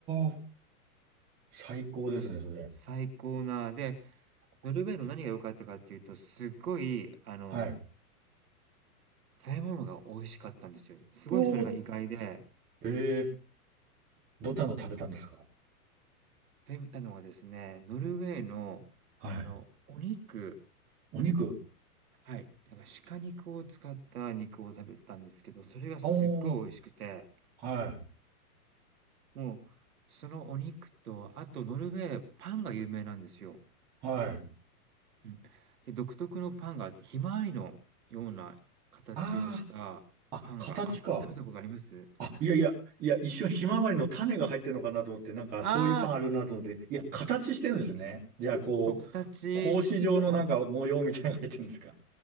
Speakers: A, on the right; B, on the right.
A: お、最高ですね、
B: もう、す最高な、
A: それ。
B: で、ノルウェーの何が良かったかっていうと、すっごい、あの、
A: はい。
B: 食べ物が美味しかったんですよ。すごいそれが意外で、
A: うおー、えーどんなの食べたんですか
B: 食べたのがですね、ノルウェーの、
A: はい。
B: あの、お肉
A: お肉。
B: はい、なんか鹿肉を使った肉を食べたんですけど、それがすっごい美味しくて、
A: おーは
B: もう、そのお肉と、あとノルウェー、パンが有名なんですよ。
A: い、はい。
B: うん。で、独特のパンがあって、ひまわりのような形をしたパンが、
A: ああ、あ、形か。
B: あ、食べたことあります？
A: あ、いやいや、いや、一瞬ひまわりの種が入ってるのかなと思って、なんかそういうパンあるなと思って、
B: ああ、
A: いや、形してるんですね。じゃあ、こう、
B: そう、形を
A: 格子状のなんか模様みたいなのが入ってるんですか